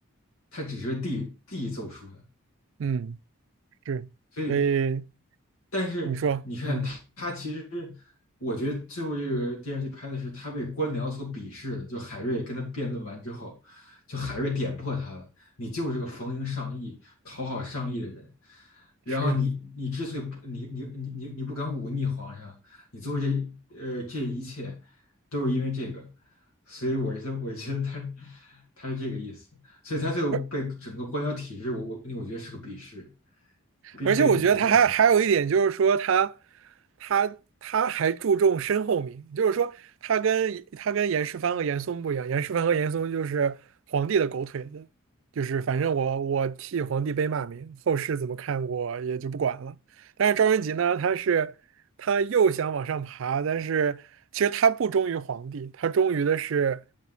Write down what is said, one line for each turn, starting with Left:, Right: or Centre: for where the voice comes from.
Left: 他只是个递递奏疏的，
Right: 嗯。是，
Left: 所以
Right: 所以
Left: 但是你看他，
Right: 你说，嗯，
Left: 他其实我觉得最后这个电视剧拍的是他被官僚所鄙视的，就海瑞跟他辩论完之后，就海瑞点破他了，你就是个逢迎上意、讨好上意的人。然后你你之所以不你你你你你不敢忤逆皇上，
Right: 是啊，
Left: 你做这呃这一切都是因为这个，所以我是这我觉得他他是这个意思，所以他最后被整个官僚体制，
Right: 而
Left: 我我我觉得是个鄙视，被被鄙视状态。
Right: 而且我觉得他还还有一点就是说他，他他还注重身后名，就是说他跟他跟严世蕃和严嵩不一样，严世蕃和严嵩就是皇帝的狗腿子，就是反正我我替皇帝背骂名，后世怎么看我也就不管了。但是赵云吉呢，他是他又想往上爬，但是其实他不忠于皇帝，他忠于的是